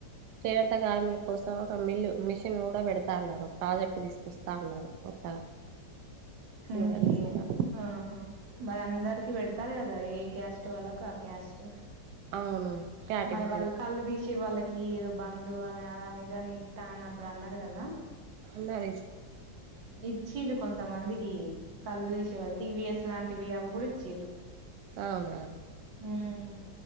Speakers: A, on the right; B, on the right.
A: చేనేత గార్మి కోసం ఒక మిల్లు మిషన్ కూడా పెడతా అన్నారు ప్రాజెక్టు తీసుకొస్తా అన్నారు కొత్తగా
B: హ్మ్
A: ఇంకా తీస్తా
B: ఏ ఆహా మరి అందరికి పెడతారు కదా ఏ క్యాస్ట్ వాళ్ళకు ఆ క్యాస్ట్
A: అవును కేటగిరీ
B: మరి వాళ్ళు కళ్ళు తీసి వాళ్ళకి ఏదో బందు అని అది అని ఇది అని ఇత్త అని అప్పుడు అన్నారు కదా
A: ఉన్నది
B: ఇచ్చీర్లు కొంతమందికి కళ్ళు తీసేవాళ్ళు టీవిఎస్ లాంటి వి అవి గూడ ఇచ్చిర్రు
A: అవునా
B: హుమ్